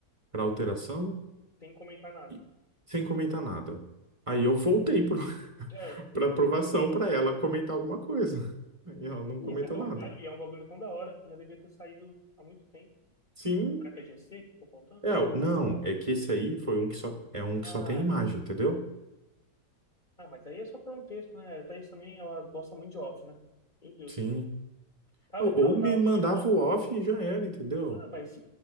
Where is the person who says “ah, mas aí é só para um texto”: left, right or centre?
Left